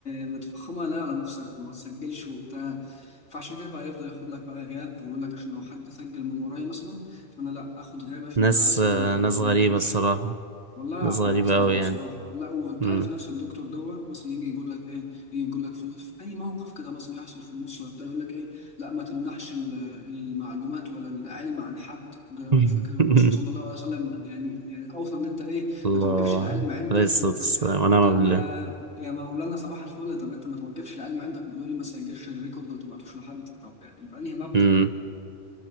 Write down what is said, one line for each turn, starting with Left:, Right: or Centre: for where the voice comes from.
Left: متفخمها لا على نفسك وما تسجلش وبتاع فعشان كده بقى يفضل ياخد لك بقى غياب ويقول لك عشان لو حد سجل من ورايا مثلا فانا لا اخد غياب عشان
Right: ناس
Left: بقى اسوي
Right: آه
Left: اللي حضر
Right: ناس غريبة
Left: وما حضرش
Right: الصراحة
Left: والله عقليات
Right: ناس غريبة
Left: صعبة
Right: أوي يعني
Left: بصراحة لا وانت
Right: مم.
Left: عارف نفس الدكتور دوت مثلا يجي يقول لك ايه يجي يقول لك في, في اي موقف كده مثلا يحصل في النص ولا بتاع يقول لك ايه لا ما تمنحش ال- المعلومات ولا العلم عن حد ده أنا
Right: <laughs>
Left: مش فاكر الرسول صلى الله عليه وسلم يعني يعني اوصى ان انت ايه
Right: الله
Left: ما توقفش العلم عندك
Right: عليه الصلاة
Left: و...
Right: والسلام ونعم
Left: طب
Right: بالله
Left: يا يا مولانا صباح الفل طب انت ما توقفش العلم عندك بيقول لي ما تسجلش الريكورد وما تبعتوش لحد طب يعني بأنهي مبدأ؟
Right: مم.